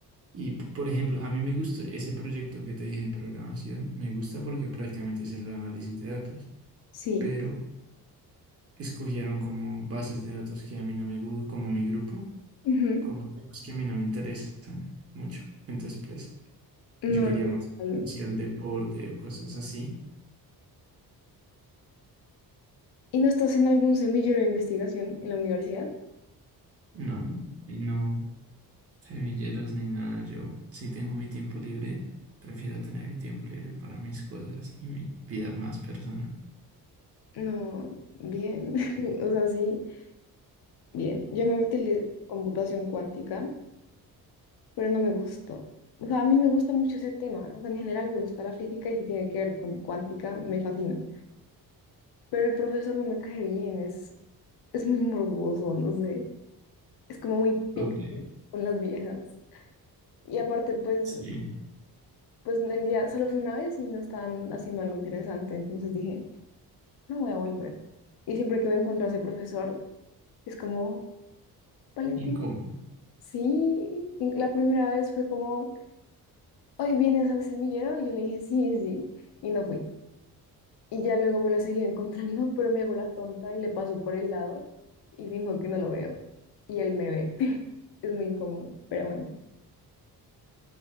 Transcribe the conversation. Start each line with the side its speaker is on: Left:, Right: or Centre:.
Right: Y, p- por ejemplo, a mí me gusta ese proyecto que te dije de programación, me gusta porque prácticamente es el análisis de datos,
Left: sí.
Right: pero escogieron como bases de datos que a mí no me gusta, como mi grupo.
Left: ujú,
Right: como temas que a mí no me interesan mucho. Entonces, pues,
Left: No,
Right: yo quería más
Left: em,
Right: hacia el deporte o cosas así.
Left: ¿y no estás en algún semillero de investigación en la universidad?
Right: No, y no semilleros ni nada. Yo, si tengo mi tiempo libre, prefiero tener mi tiempo libre para mis cosas y mi vida más personal.
Left: No, bien, <laughs> o sea, sí, bien. Yo me metí en computación cuántica, pero no me gustó. O sea, a mí me gusta mucho ese tema. O sea, en general me gusta la física y si tiene que ver con cuántica, me fascina. Pero el profesor no me cae bien, es, es muy morboso, no sé. Es como muy picky
Right: Ok,
Left: con las viejas. Y aparte, pues,
Right: sí,
Left: pues el día solo fue una vez y no estaban haciendo algo interesante. Entonces dije, no voy a volver. Y siempre que me encuentro a ese profesor, es como, Valentina.
Right: incómodo,
Left: Sí, y la primera vez fue como, hoy vienes al semillero y yo le dije, sí, sí, y no fui. Y ya luego me lo seguí encontrando, <laughs> pero me hago la tonta y le paso por el lado y finjo que no lo veo. Y él me ve. <laughs> Es muy incómodo, pero bueno.